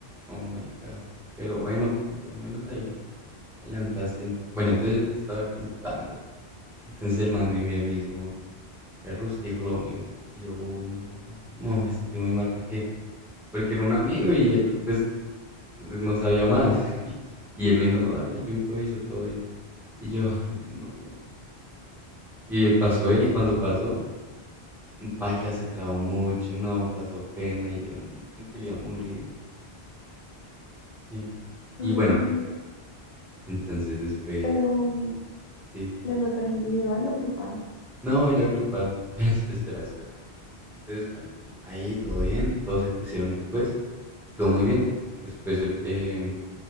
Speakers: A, in the centre; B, on the left (about 55°).
A: Oh my God. Pero bueno, al menos ahí adelantaste. Bueno, entonces yo te estaba contando. <laughs> Entonces el man me mira y me dice como, perro, usted dijo lo mío. Y yo, uy, no, no, me sentí muy mal porque, porque era un amigo y él, pues, no sabía más. <laughs> Y, y él me dijo, no, hágale, yo improviso, todo bien. Y yo, ay, no. Y pasó él y cuando pasó, mm, Paila se trabó mucho, no, pasó pena y yo no me quería morir. Sí. Y
B: Ay,
A: bueno,
B: no.
A: entonces después,
B: Pero mm,
A: sí.
B: la nota era individual o grupal.
A: No, era grupal. <laughs> Esp- Espera, espera. Entonces, bueno, ahí todo bien, todos se expusieron después y todo muy bien. Después eh, em,